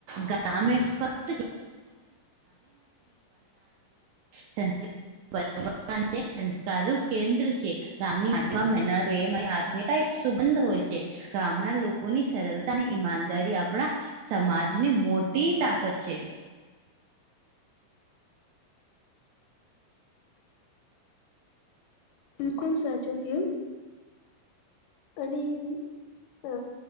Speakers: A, on the right; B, on the left.
A: ગામે ફક્ત <unintelligible> <unintelligible> <unintelligible> સંસ્કારું કેન્દ્ર છે. ગામની <unintelligible> મહેનત પ્રેમ અને આત્મીતા એક સુગંધ હોય છે ગામના લોકોની સરળ ની ઈમાનદારી આપણા સમાજની મોટી તાકત છે.
B: બિલકુલ સાચું કીયું. અને અ